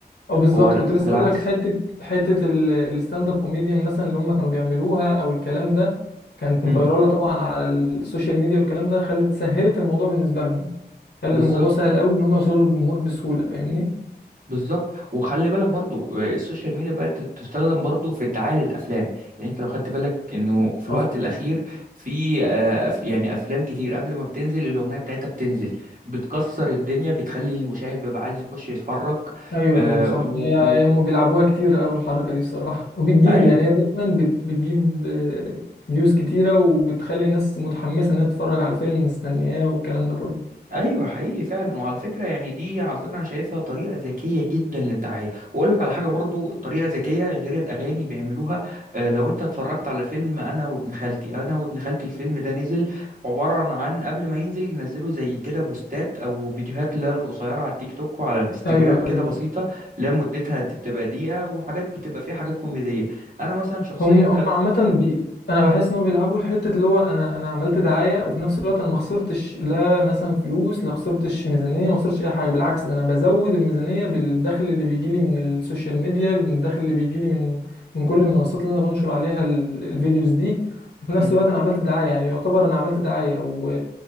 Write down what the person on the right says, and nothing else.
هو
بالعكس
مم.
بالظبط
بالظبط وخلي بالك برضو آه، السوشيال ميديا بقت تستخدم برضو في الدعاية للأفلام يعني انت لو خدت بالك انه في
الوقت الأخير في آه، أف- يعني أفلام كتير قبل ما بتنزل الأغنية بتاعتها بتنزل بتكسر الدنيا بتخلي المشاهد بيبقى عايز يخش يتفرج
آه،
و...
و...
أيوه
ايوه حقيقي فعلا وعلى فكره يعني دي على فكره انا شايفها طريقه ذكيه جدا للدعايه واقول لك على حاجه برضو طريقه ذكيه غير الاغاني بيعملوها آه، لو انت اتفرجت على فيلم انا وابن خالتي انا وابن خالتي الفيلم ده نزل عباره عن قبل ما ينزل ينزلوا زي كده بوستات او فيديوهات لا قصيره على التيك توك وعلى الانستجرام
كده بسيطه لا مدتها دي بتبقى دقيقه وحاجات بتبقى فيها حاجات كوميديه انا مثلا شخصيا
انا